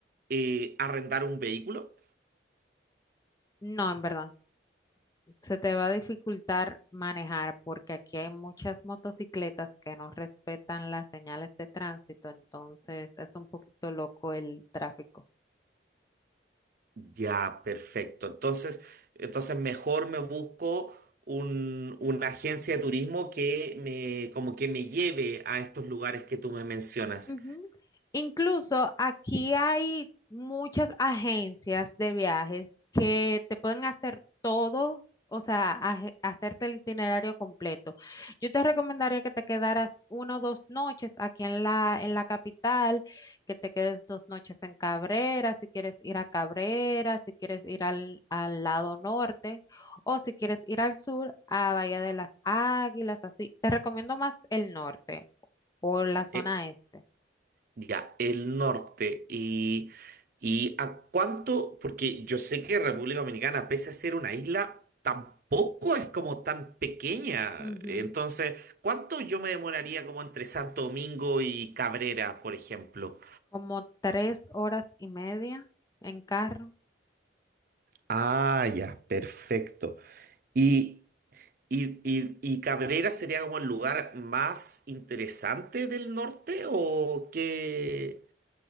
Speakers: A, on the right (about 50°); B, on the left (about 20°).
A: eh, arrendar un vehículo?
B: No, en verdad. se te va a dificultar manejar porque aquí hay muchas motocicletas que no respetan las señales de tránsito, entonces es un poquito loco el tráfico.
A: Ya, perfecto. Entonces, entonces mejor me busco un- una agencia de turismo que me, como que me lleve a estos lugares que tú me mencionas.
B: Ujú. Incluso aquí hay muchas agencias de viajes que te pueden hacer todo, o sea, aje- hacerte el itinerario completo. Yo te recomendaría que te quedaras una o dos noches aquí en la, en la capital, que te quedes dos noches en Cabrera, si quieres ir a Cabrera, si quieres ir al, al lado norte, o si quieres ir al sur, a Bahía de las Águilas, así. Te recomiendo más el norte o la zona
A: Eh,
B: este.
A: Ya, el norte. ¿Y, y a cuánto? Porque yo sé que República Dominicana, pese a ser una isla, tampoco es como tan pequeña.
B: Ujú,
A: Entonces, ¿cuánto yo me demoraría como entre Santo Domingo y Cabrera, por ejemplo?
B: Como tres horas y media en carro.
A: Ah, ya, perfecto. Y ¿Y, y, y Cabrera sería como el lugar más interesante del norte o qué?